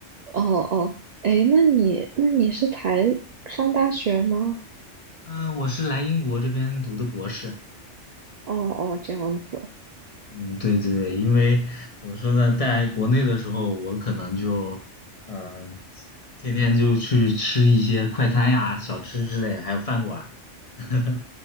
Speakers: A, on the right; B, on the left.
A: 哦哦，哎，那你那你是才上大学吗？
B: <laughs> 嗯，我是来英国这边读的博士。
A: 哦哦，这样子。
B: 嗯，对对对，因为怎么说呢，在国内的时候，我可能就，嗯、天天就去吃一些快餐呀、小吃之类，还有饭馆儿，<laughs>